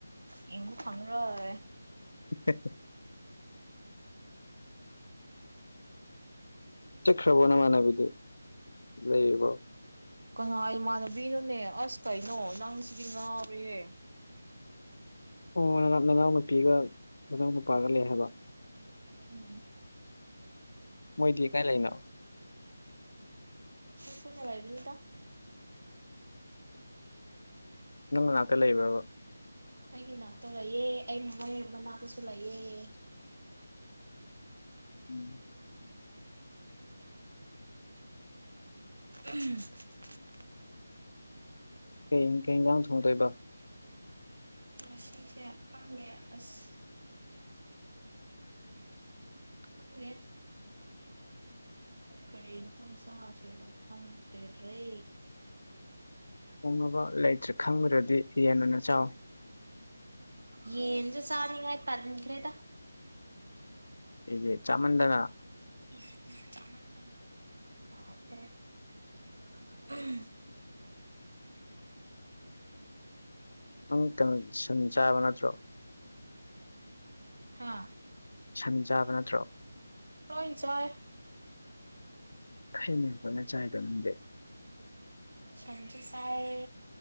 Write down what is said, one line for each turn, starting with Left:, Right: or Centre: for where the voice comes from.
Right: ꯌꯦꯡꯕ ꯐꯪꯉꯔꯣꯏ
Left: <inaudible> ꯆꯠꯈ꯭ꯔꯕꯣ ꯅꯃꯥꯟꯅꯕꯤꯗꯤ ꯂꯩꯔꯤꯕꯣ
Right: ꯀꯅꯥꯏ ꯏꯃꯥꯟꯅꯕꯤꯅꯣꯅꯦ ꯑꯁ ꯀꯩꯅꯣ ꯅꯪ ꯁꯤꯗꯤ ꯉꯥꯎꯔꯦꯍꯦ
Left: ꯑꯣ ꯅꯅꯥꯎ ꯅꯅꯥꯎ ꯅꯨꯄꯤꯒ ꯅꯅꯥꯎ ꯅꯨꯄꯥꯒ ꯂꯩ ꯍꯥꯏꯕ
Right: <unintelligible>
Left: ꯃꯣꯏꯗꯤ ꯀꯥꯏ ꯂꯩꯅꯣ
Right: ꯁꯣꯏ ꯐꯣꯏꯅꯔꯥꯏꯕꯗ
Left: ꯅꯪ ꯅꯅꯥꯛꯇ ꯂꯩꯕ꯭ꯔꯥꯕ
Right: ꯑꯩꯒꯤ ꯅꯥꯛꯇ ꯂꯩꯑꯦ ꯑꯩ ꯃꯣꯏ ꯃꯅꯥꯗꯨꯁꯨ ꯂꯩꯑꯦ
Left: ꯎꯝ
Right: <unintelligible>
Left: ꯀꯩ ꯀꯩꯟꯖꯥꯡ ꯊꯣꯡꯗꯣꯏꯕ
Right: ꯉꯁꯤꯁꯦ ꯈꯪꯗꯦ ꯑꯁ ꯈꯪꯗꯦ ꯀꯔꯤ ꯏꯟꯁꯥꯡ ꯆꯥꯁꯤꯅꯣ ꯈꯪꯗꯦꯗ꯭ꯔꯦ
Left: ꯊꯣꯡꯅꯕ ꯂꯩꯇ꯭ꯔꯦ ꯈꯪꯗ꯭ꯔꯗꯤ ꯌꯦꯟ ꯑꯣꯏꯅ ꯆꯥꯎ
Right: ꯌꯦꯟꯖꯨ ꯆꯥꯅꯤꯉꯥꯏ ꯇꯟꯈ꯭ꯔꯦꯗ
Left: ꯑꯩꯒꯤ ꯆꯥꯃꯟꯗꯅ
Right: ꯎꯝ ꯆꯃꯟꯗꯅ ꯀꯥꯎꯈ꯭ꯔꯦ <unintelligible>
Left: ꯅꯪ ꯇ ꯁꯟ ꯆꯥꯕ ꯅꯠꯇ꯭ꯔꯣ
Right: ꯍꯥꯥ
Left: ꯁꯟ ꯆꯥꯕ ꯅꯠꯇ꯭ꯔꯣ
Right: ꯂꯣꯏꯟ ꯆꯥꯏ
Left: ꯈꯩꯅꯦ ꯍꯣꯠꯅ ꯆꯥꯏꯗꯣ ꯅꯪꯗꯤ
Right: ꯁꯟꯖꯨ ꯆꯥꯌꯦ